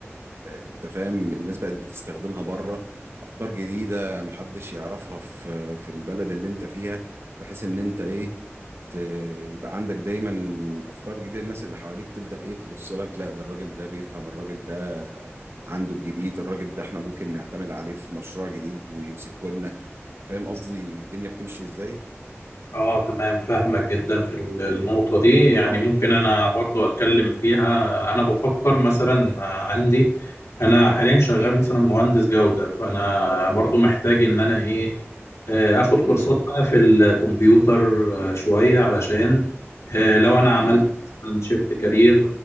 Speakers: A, on the right; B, on the left.
A: انت فاهم الناس بقت بتستخدمها بره افكار جديدة محدش يعرفها في في البلد اللي انت فيها بحيث ان انت ايه ت- يبقى عندك دايما افكار جديدة الناس اللي حواليك تبدأ ايه تبص لك لا ده الراجل ده بيفهم الراجل ده عنده الجديد الراجل ده احنا ممكن نعتمد عليه في مشروع جديد ويمسكه لنا فاهم قصدي الدنيا بتمشي ازاي
B: اه تمام فاهمك جدا في ال- النقطة دي يعني ممكن انا برضو اتكلم فيها انا بفكر مثلا آه، عندي انا حاليا شغال مثلا مهندس جودة فانا برضو محتاج ان انا ايه آه، اخد كورسات
A: امم
B: بقى في الكمبيوتر آه، شوية علشان آه، لو انا عملت
A: امم
B: شيفت كارير